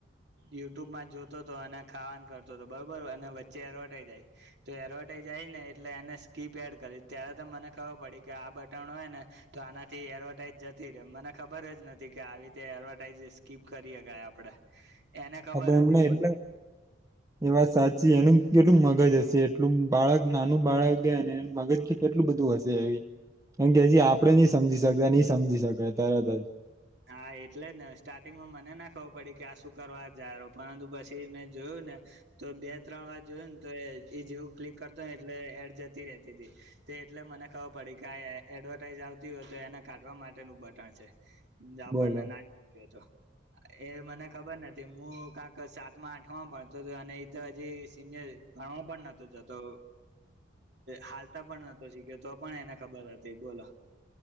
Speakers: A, on the right (about 60°); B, on the right (about 15°).
A: યુટ્યુબ માં જોતો તો અને ખાવાનું કરતો હતો બરોબર અને વચ્ચે એડવર્ટાઈઝ આઇ તો એડવર્ટાઈઝ આઈ ને એટલે એને સ્કીપ એડ કરી ત્યારે તો મને ખબર પડી કે આ બટણ હોય ને તો આનાથી એડવર્ટાઈઝ જતી રહે મને ખબર જ નથી કે આવી રતે એડવર્ટાાઈઝ સ્કીપ કરી હકાય આપણે એને ખબર
B: આપડન એમને,
A: હતી બોલો
B: એટલે એ વાત સાચી એનું કેટલું મગજ હશે એટલું બાળક નાનું બાળક ગ એ મગજ કેટલું બધું હશે એવી કેમ કે હજી આપડે નહી સમજી શકતા નહી સમજી શકાય તરત જ
A: હા, એટલે ને સ્ટાર્ટિંગમાં મને ના ખબર પડી કે આ શું કરવા જા રહ પરંતુ પછી મેં જોયું ને તો બે, ત્રણ, વાર જોયું ને તો એ જેવું ક્લિક કરતો ને એટલે એડ જતી રહતી હતી તો એટલે મને ખબર પડી કે આ એડવર્ટાઈઝ આવતી હોય તો એને કાઢવા માટેનું બટણ છે આપણને,
B: બોલો
A: ના જોઈઓ તો એ મને ખબર નથી, હું કાંક સાતમાં આઠ ભણતો હતો, અને એ તો હજી સિનિયર ભણવા પણ નતો, જતો હાલતા પણ નતો, શીખ્યો તો પણ એને ખબર હતી, બોલો